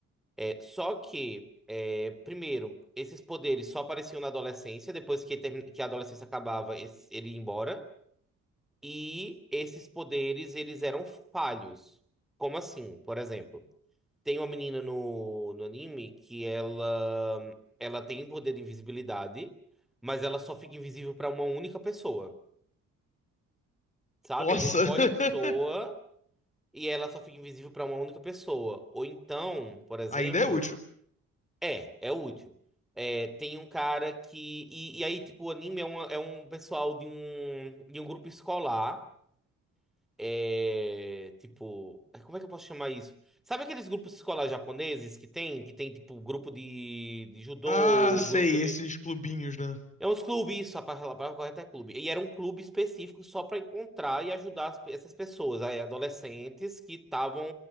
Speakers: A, in the centre; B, on the left.
A: É, só que, é, primeiro, esses poderes só apareciam na adolescência, depois que, termi- que a adolescência acabava, esse- ele ia embora. E esses poderes, eles eram falhos. Como assim? Por exemplo. Tem uma menina no, no anime que ela ela tem poder de invisibilidade, mas ela só fica invisível pra uma única pessoa, sabe?
B: Nossa!
A: Ela escolhe
B: <laughs>
A: a pessoa e ela só fica invisível pra uma única pessoa. Ou então, por exemplo,
B: Ainda é útil.
A: é, é útil. É, tem um cara que. E, e aí, tipo, o anime é, uma, é um pessoal de um, de um grupo escolar. é, tipo, ai, como é que eu posso chamar isso? Sabe aqueles grupos escolares japoneses que tem, que tem tipo grupo de, de judô,
B: Ah, sei,
A: grupo de
B: esses clubinhos, né?
A: É uns clubes, isso, a palavra a palavra correta é clube. E era um clube específico só para encontrar e ajudar as pe- essas pessoas, aí, adolescentes que estavam